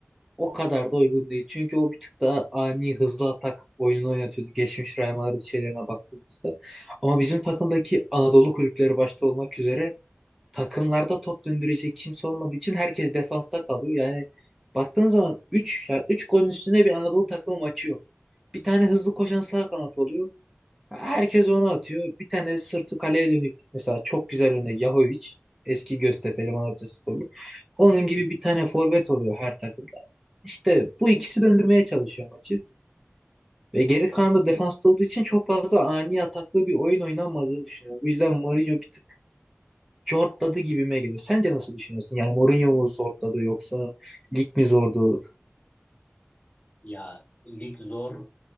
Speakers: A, in the centre; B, on the left.
A: o kadar da uygun değil. Çünkü o bir tık daha ani hızlı atak oyununu oynatıyordu. Geçmiş Real Madrid şeylerine baktığımızda. Ama bizim takımdaki Anadolu kulüpleri başta olmak üzere takımlarda top döndürecek kimse olmadığı için herkes defansta kalıyor. Yani baktığın zaman üç, yani üç golün üstüne bir Anadolu takımı maçı yok. Bir tane hızlı koşan sağ kanat oluyor. Herkes onu atıyor. Bir tane sırtı kaleye dönük. Mesela çok güzel örnek Yahovic. Eski Göztepe'li Malatyasporlu. Onun gibi
B: Hı hı.
A: bir tane forvet oluyor her takımda. İşte bu ikisi döndürmeye çalışıyor maçı. Ve geri kalan da defansta olduğu için çok fazla ani ataklı bir oyun oynanmadığını düşünüyorum. Bu yüzden Mourinho bir tık zortladı gibime geliyor. Sence nasıl düşünüyorsun? Yani Mourinho mu zortladı yoksa lig mi zordu?
B: <laughs> Ya lig zor.